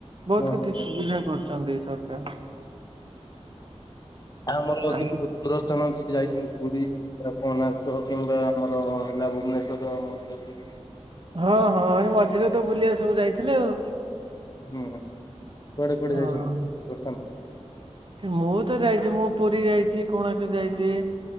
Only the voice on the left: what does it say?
ହଁ ହଁ।
ଆ ଆମର <unintelligible>
ଦୂରସ୍ଥାନ ଯାଇଛନ୍ତି ପୁରୀ। କୋଣାର୍କ କିମ୍ବା ଆମର ହେଲା ଭୁବନେଶ୍ୱର ମନ୍ଦିର
ହୁଁ ହୁଁ କୁଆଡେ କୁଆଡେ
ଯାଇଛନ୍ତି, <unintelligible>